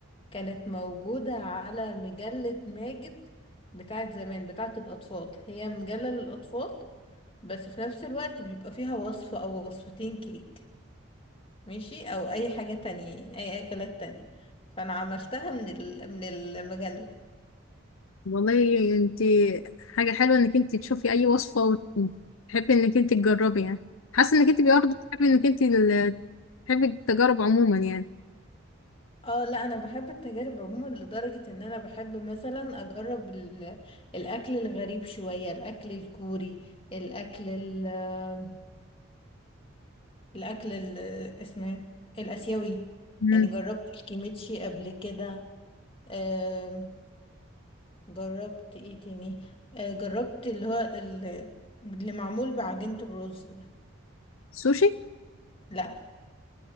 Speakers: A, on the left; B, on the left.
A: كانت موجودة على مجلة ماجد بتاعت زمان بتاعت الأطفال هي مجلة للأطفال بس في نفس الوقت بيبقى فيها وصفة أو وصفتين كيك ماشي أو أي حاجة تانية يعني أي أكلات تانية فأنا عملتها من ال... من المجلة
B: والله انت حاجه حلوه انك انت تشوفي اي وصفه وتحبي انك انت تجربي يعني حاسه انك انت برضه بتحبي انك انت ال- تحبي التجارب عموما يعني
A: اه لا انا بحب التجارب عموما لدرجة ان انا بحب مثلا اجرب ال... الاكل الغريب شوية الاكل الكوري الاكل ال الأكل ال- اسمه إيه؟ الآسيوي
B: مم.
A: يعني جربت الكيميتشي قبل كده آم، جربت ايه تاني آه، جربت اللي هو ال- اللي معمول بعجينة الرز ده
B: سوشي
A: لا